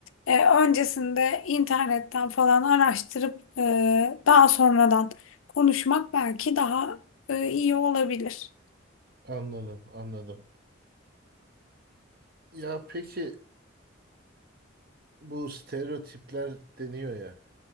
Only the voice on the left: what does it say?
E, öncesinde internetten falan araştırıp e, daha sonradan konuşmak belki daha e, iyi olabilir.